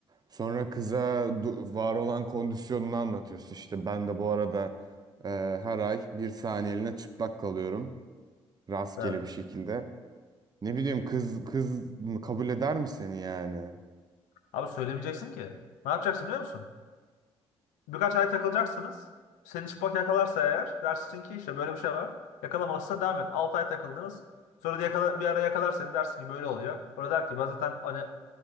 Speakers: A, on the right; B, on the left.
A: Sonra kıza du- var olan kondisyonunu anlatıyorsun. İşte ben de bu arada e, her ay bir saniyeliğine çıplak kalıyorum. Rastgele
B: Evet.
A: bir şekilde. Ne bileyim kız kız mı- kabul eder mi seni yani?
B: Abi söylemeyeceksin ki. Ne yapacaksın biliyor musun? Birkaç ay takılacaksınız. Seni çıplak yakalarsa eğer dersin ki işte böyle bir şey var. Yakalamazsa devam et. 6 ay takıldınız. Sonra da yakala, bir ara yakalar seni dersin ki böyle oluyor. Sonra der ki ben zaten hani